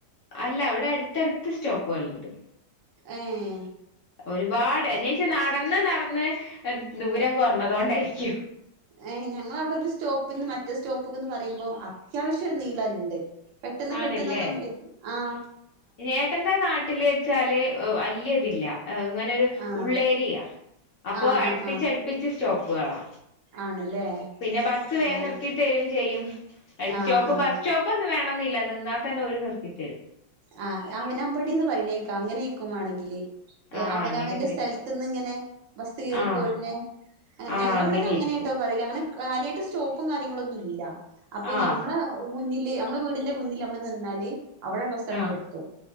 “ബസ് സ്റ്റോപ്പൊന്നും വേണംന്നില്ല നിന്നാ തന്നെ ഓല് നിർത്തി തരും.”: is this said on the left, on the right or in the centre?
Left